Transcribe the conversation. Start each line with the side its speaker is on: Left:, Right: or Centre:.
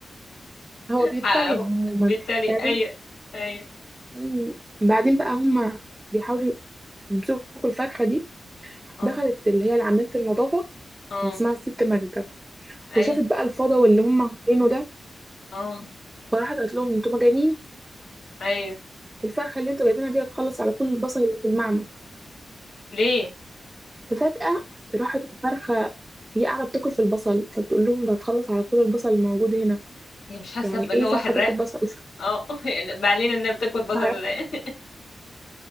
Right: هو بيتريق
Left: <laughs> ع-
Right: عموما
Left: بالتالي
Right: بعدين
Left: اي اي
Right: مم. بعدين بقى هما بيحاولوا يمسكوا الفرخه دي
Left: اه
Right: دخلت اللي هي عامله النظافه
Left: اه
Right: اللي اسمها الست ماجده
Left: اي
Right: وشافت بقى الفضا واللي هم عاملينه ده
Left: اه
Right: فراحت قالت لهم انتوا مجانين
Left: ايوه
Right: الفرخه اللي انتوا جايبينها دي هتخلص على كل البصل اللي في المعمل
Left: ليه
Right: ففجاه راحت الفرخه هي قاعده بتاكل في البصل فبتقول لهم ده هتخلص على كل البصل الموجود هنا
Left: هي مش حاسه
Right: يعني
Left: بان
Right: ايه
Left: هو
Right: فرخه
Left: حراق
Right: تاكل بصل <laughs>
Left: اه <laughs> يعني ما علينا انها بتاكل بصل
Right: مش عارف
Left: ولا إيه؟